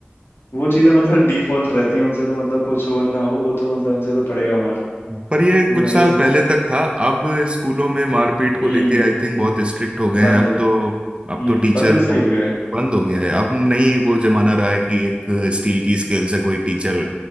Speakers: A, on the left (about 75°); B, on the right (about 25°).
A: वो चीजें मतलब डिफॉल्ट रहती हैं उनसे तो मतलब कुछ हो ना हो वो तो मतलब उनसे तो पड़ेगा मार
B: पर ये कुछ
A: वही
B: साल
A: सिस्टम
B: पहले तक था अब स्कूलों में मारपीट को
A: हम्म
B: लेके आई थिंक बहुत स्ट्रिक्ट हो गए
A: बंद
B: हैं अब तो
A: हम्म
B: अब तो टीचर
A: बंद सही
B: को
A: हो गया है
B: बंद हो गया है अब नहीं वो जमाना रहा है कि एक स्टील की स्केल से कोई टीचर